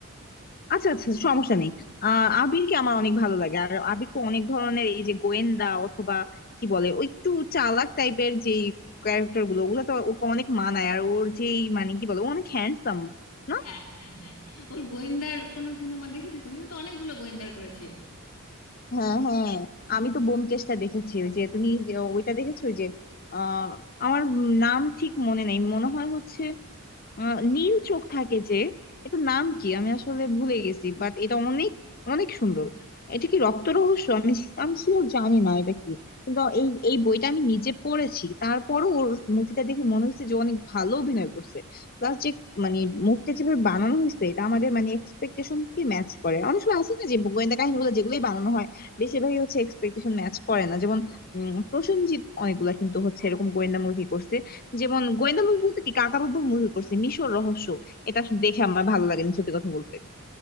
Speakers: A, on the left (about 45°); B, on the left (about 80°).
A: আচ্ছা আচ্ছা সমস্যা নেই আহ আবিরকে আমার অনেক ভালো লাগে আর আবির তো অনেক ধরনের এই যে গোয়েন্দা অথবা কি বলে ওই একটু চালাক টাইপের যে ক্যারেক্টার গুলো ওগুলো তো ওকে অনেক মানায় আর ওর যেই মানে কি বলে ও অনেক হ্যান্ডসাম না
B: হ্যাঁ হ্যাঁ হ্যাঁ ওর গোয়েন্দার কোনো সিনেমা দেখেছো তুমিও তো অনেকগুলো গোয়েন্দার করেছে
A: হ্যাঁ হ্যাঁ আমি তো ব্যোমকেশটা দেখেছি ওই যে তুমি যে ওইটা দেখেছো ওই যে আহ আমার নাম ঠিক মনে নেই মনে হয় হচ্ছে আহ নীল চোখ থাকে যে এটা নাম কি আমি আসলে ভুলে গেছি বাট এটা অনেক অনেক সুন্দর এটা কি রক্ত রহস্য আমি আমি শিওর জানি না এটা কি কিন্তু এই এই বইটা আমি নিজে পড়েছি তারপরও ওর মুভিটা দেখে মনে হচ্ছে যে অনেক ভালো অভিনয় করছে প্লাস যে মানে মুভিটা যেভাবে বানানো হয়েছে এটা আমাদের মানে এক্সপেকটেশন কি ম্যাচ করে অনেক সময় আছে না যে গোয়েন্দা কাহিনীগুলো যেগুলোই বানানো হয় বেশিরভাগই হচ্ছে এক্সপেকটেশন ম্যাচ করে না যেমন উম প্রসেনজিৎ অনেকগুলা কিন্তু হচ্ছে এরকম গোয়েন্দা মুভি করছে যেমন গোয়েন্দা মুভি বলতে কি কাকা বাবু মুভি করছে মিশর রহস্য এটা আসলে দেখে আমার ভালো লাগেনি সত্যি কথা বলতে